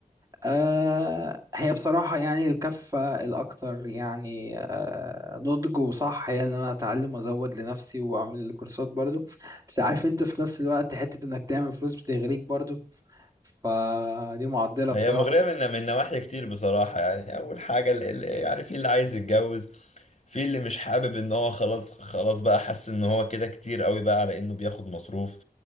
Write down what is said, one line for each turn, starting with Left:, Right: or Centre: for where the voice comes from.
Right: آه، هي بصراحة يعني الكفة الأكتر يعني آه، نضج وصح هي إن أنا أتعلم وأزود لنفسي وأعمل كورسات برضو بس عارف انت في نفس الوقت حتة انك تعمل فلوس بتغريك برضو فدي معضلة بصراحة
Left: هي مغرية من من نواحي كتير بصراحة يعني
Right: مم.
Left: أول حاجة ال- ال- يعني في اللي عايز يتجوز في اللي مش حابب إن هو خلاص خلاص بقى حس إن هو كده كتير قوي بقى على إنه بياخد مصروف